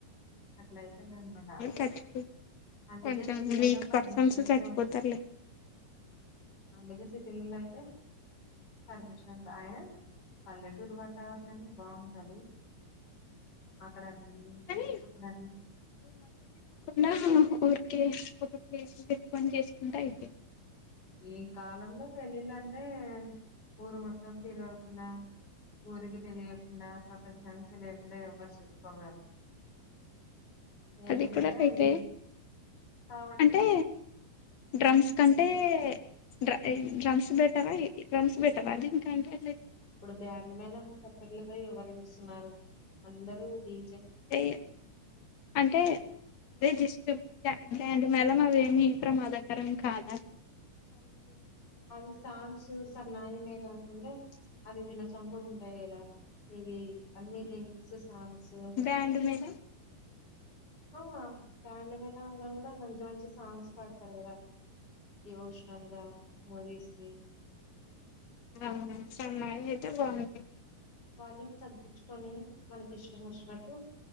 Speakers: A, on the left (about 25°); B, on the left (about 65°).
A: ఇట్లా అయితే అనమాట
B: చచ్చిపో
A: అందుకే
B: కొంచెం
A: సిటీలలో
B: వీక్
A: పర్మిషన్
B: పర్సన్స్ చచ్చిపోతారులే
A: తో అందుకే సిటీలలో అయితే పర్మిషన్స్ ఆయన పల్లెటూరు వాతావరణంే బాగుంటది అక్కడండి
B: కానీ
A: అక్కడన్న
B: న్న ఊరికే ఒక ప్లేస్ పె పని చేసుకుంటా అయితే
A: ఈ కాలంలో పెళ్ళిళ్ళంటే ఊరు మొత్తం తీరగా కుండా ఊరికి తెలియకుండా ప్రపంచానికి తెలియకుండా ఎవ్వరు చేసుకోరు కదా ఎందుకంటే
B: అది కూడాడా పెైట
A: అది కాబట్టి
B: అంటే డ్రమ్స్ కంటే డ డ్రమ్స్ బెటర్ డ్రమ్స్ బెటర్ అదిన్కాంటే
A: ఇప్పుడు బ్యాండ్ మేళ పత్రర్లతో ఎవరు ఇస్తున్నారు అందరుూ డి
B: చె అంటే రజిస్ <inaudible> మెలమ వేమ ఏత్ర మాదాకరం కాద
A: అవి సాంగ్స్ సన్నాయం మేలాలే అవి విన్న సంొపులు ఉంటాయి కదా ఇవి అన్నని లిరిక్స్ సాంగ్స్
B: బ్యాండ్ మేళం
A: ఆ బ్యాండ్ మీలా అయిన్నా కూడా మంచి మంచి సాంగ్స్ పాడతారు కదా ఇమోషనల్ గా మస్వి
B: ఆ సన్నైతే బాగు
A: వాల్యూం తగ్గించుకొని మనకి ఇష్టం వచ్చినట్టు